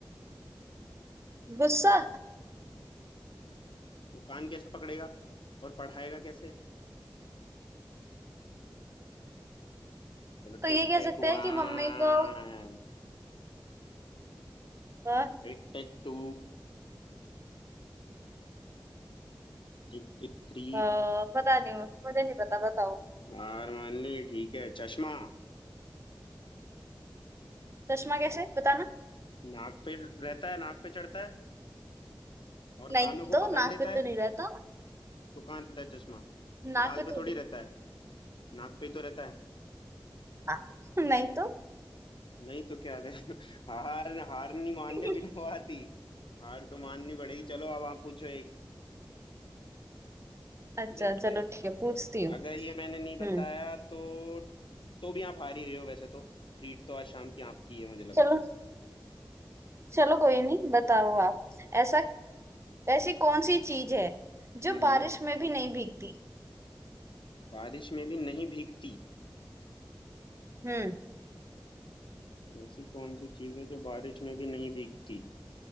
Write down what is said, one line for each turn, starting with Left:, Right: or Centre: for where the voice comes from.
Right: गुस्सा
Left: वो कान कैसे पकड़ेगा और पढ़ाएगा कैसे चलो
Right: तो
Left: tick
Right: ये कह
Left: tick
Right: सकते
Left: one
Right: हैं कि मम्मी को अ,
Left: tick tick two tick tick three
Right: अ, पता नहीं मुझे नहीं पता बताओ
Left: हार मान ली ठीक है चश्मा
Right: चश्मा कैसे बताना
Left: नाक पे रहता है नाक पे चढ़ता है और
Right: नहीं
Left: कानों को
Right: तो
Left: पकड़
Right: नाक
Left: लेता
Right: पे तो
Left: है
Right: नहीं रहता
Left: तो कहाँ रहता है चश्मा
Right: नाक
Left: गाल
Right: पे
Left: पे
Right: थोड़ी
Left: थोड़ी रहता है नाक पे ही तो रहता है
Right: <laughs> नहीं तो
Left: नहीं तो क्या दे <laughs> हार हार नहीं मानने
Right: <laughs>
Left: बिना बात ही हार तो माननी पड़ेगी चलो अब आप पूछो एक
Right: अच्छा
Left: देखते
Right: चलो
Left: हैं
Right: ठीक है पूछती हूँ
Left: अगर ये मैंने नहीं बताया
Right: हम्म
Left: तो तो भी आप हार ही रहे हो वैसे तो ट्रीट तो आज शाम की आपकी है मुझे लगता
Right: चलो
Left: है
Right: चलो कोई नहीं बताओ आप ऐसा ऐसी कौन सी चीज है जो
Left: हम्म हम्म।
Right: बारिश में भी नहीं भीगती
Left: बारिश में भी नहीं भीगती
Right: हम्म
Left: ऐसी कौन सी चीज है जो बारिश में भी नहीं भीगती